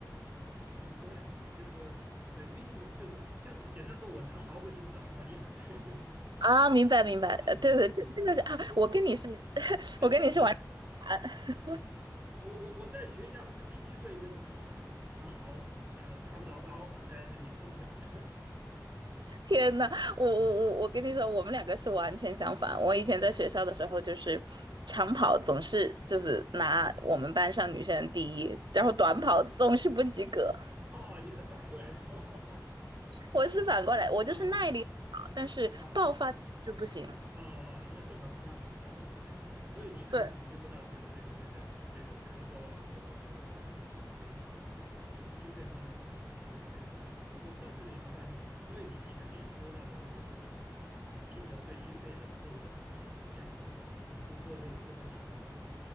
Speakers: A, on the right; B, on the right.
A: 怎么说呢？就说呃运动就是就是简单说我长跑不行，短跑厉害 <laughs>
B: 啊，明白明白，
A: 啊啊
B: 呃对对，这这个是啊，
A: 啊，我
B: 我跟你是，<laughs>
A: 呃一样的。
B: 我跟你是完，<laughs>
A: 啊，我我我在学校长期为这个长跑长跑呃打不打包啊，在那里挣扎。
B: 天呐，我我我我跟你说，
A: <laughs>
B: 我们两个是完全相反。我以前在学校的时候就是长跑总是就是拿我们班上女生第一，然后短跑总是不及格。
A: 哦，你是反过来的，<laughs> 哦
B: 我是反过来，我就是耐力好，
A: 哦
B: 但是爆发就不行。
A: 哦哦，那正好是相反，那正好是相反，所以你可能感觉不到这个这个这个这个咳嗽啊，
B: 对。
A: 或者这个这个这个心肺功能可能是是没什么问题，我我不知道这个有没有关系，所以你前面说到的这个踢球对心肺的作用，<coughs> <clears throat> 我说这个说到点子上了。